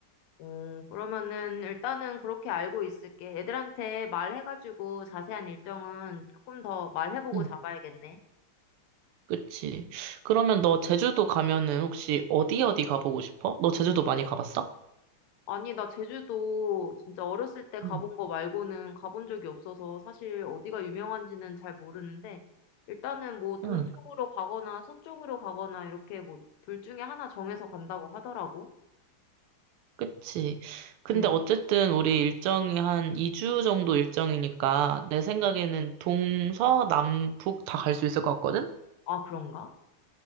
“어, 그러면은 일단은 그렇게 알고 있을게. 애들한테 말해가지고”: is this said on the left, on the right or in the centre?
Left